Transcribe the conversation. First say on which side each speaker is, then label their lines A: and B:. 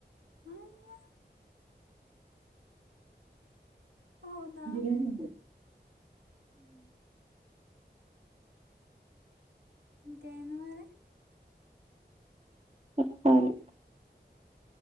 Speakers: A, on the right; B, on the right.
A: అయ్యా అవునా
B: జీ <unintelligible>
A: ఇంకేంది మరి
B: చెప్పాలి